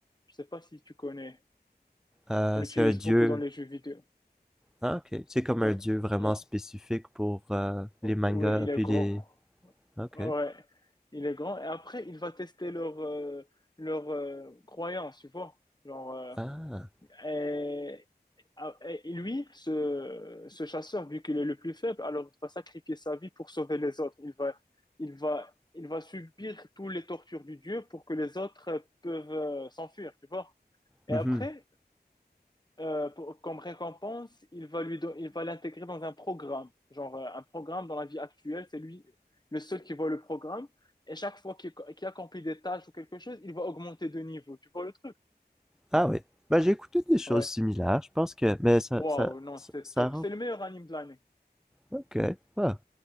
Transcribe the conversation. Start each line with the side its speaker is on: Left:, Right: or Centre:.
Left: Je sais pas si tu connais.
Centre: Euh,
Left: On l'utilise
Centre: c'est un dieu
Left: beaucoup dans les jeux vidéo.
Centre: Ah, ok. C'est comme
Left: Oui,
Centre: un dieu vraiment
Left: Ouais.
Centre: spécifique pour euh, les mangas
Left: Ouais, il
Centre: puis
Left: est grand.
Centre: les. Ok.
Left: Ouais, il est grand. Et après, il va tester leur, euh, leur euh, croyance, tu vois. Genre, euh,
Centre: Ah.
Left: et, ah, et lui, ce, ce chasseur, vu qu'il est le plus faible, alors il va sacrifier sa vie pour sauver les autres. Il va, il va, il va subir toutes les tortures du dieu pour que les autres euh, peuvent euh, s'enfuir, tu vois. Et
Centre: Mhm.
Left: après, euh, pour- comme récompense, il va lui don- il va l'intégrer dans un programme. Genre, euh, un programme dans la vie actuelle, c'est lui le seul qui voit le programme. Et chaque fois qu'il qu'il accomplit des tâches ou quelque chose, il va augmenter de niveau. Tu vois le truc?
Centre: Ah oui. Ben, j'ai écouté des choses
Left: Ouais.
Centre: similaires. Je pense que. Mais ça,
Left: Waouh,
Centre: ça,
Left: non,
Centre: ça,
Left: c'est
Centre: ça
Left: top.
Centre: rend.
Left: C'est le meilleur anime de l'année.
Centre: Ok. Ah.